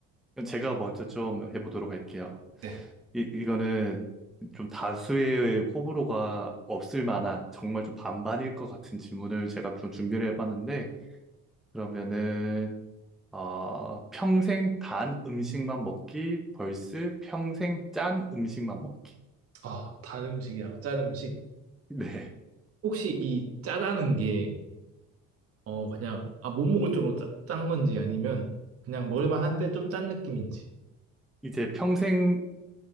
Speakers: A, in the centre; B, on the right.
A: 그럼 제가 먼저 좀 해보도록 할게요.
B: 네.
A: 이, 이거는 좀 다수의 호불호가 없을 만한 정말 좀 반반일 것 같은 질문을 제가 좀 준비를 해봤는데 그러면은 어, 평생 단 음식만 먹기 vs 평생 짠 음식만 먹기.
B: 아, 단 음식이랑 짠 음식.
A: <laughs> 네.
B: 혹시 이 짜다는 게, 어, 그냥, 아, 못 먹을 정도로 짜, 짠 건지 아니면 그냥 먹을만한데 좀 짠 느낌인지.
A: 이제 평생